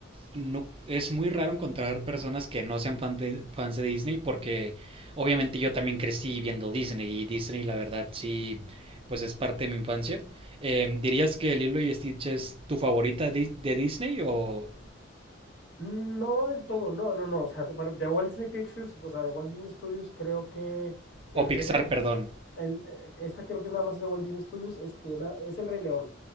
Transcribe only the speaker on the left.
No del todo, no, no, no. O sea, de, Walt Disney Pictures, o sea, de Walt Disney Studios, creo que el,
Rey-
el-
el- eh, esta creo que nada más es de Walt Disney Studios, este, na- es El Rey León.